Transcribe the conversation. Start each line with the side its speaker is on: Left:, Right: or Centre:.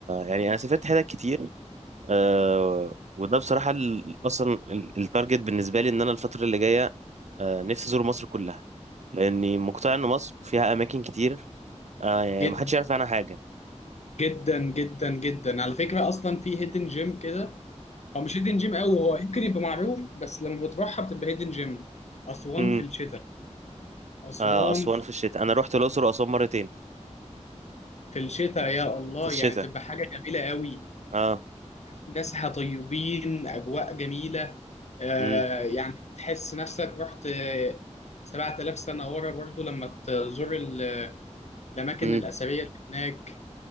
Right: يعني أنا سافرت حتت كتير آه وده بصراحة ال- أصلا ال- التارجت بالنسبة لي إن أنا الفترة اللي جاية آه نفسي أزور مصر كلها لأني مقتنع إن مصر فيها أماكن كتير آه يعني
Left: جدا
Right: محدش يعرف عنها حاجة
Left: جدا جدا جدا على فكرة أصلا في هيدن جيم كده هو مش هيدن جيم قوي هو يمكن يبقى معروف بس لما بتروحها بتبقى هيدن جيم أسوان
Right: اه
Left: في الشتاء أسوان
Right: آه أسوان
Left: في
Right: في الشتاء أنا رحت الأقصر وأسوان مرتين
Left: في الشتاء يا الله
Right: في الشتاء
Left: يعني بتبقى حاجة جميلة قوي
Right: أه
Left: ناسها طيبين أجواء جميلة آه
Right: امم
Left: يعني تحس نفسك رحت آه، 7000 سنة ورا برضو لما تزور ال- الأماكن
Right: امم
Left: الأثرية اللي هناك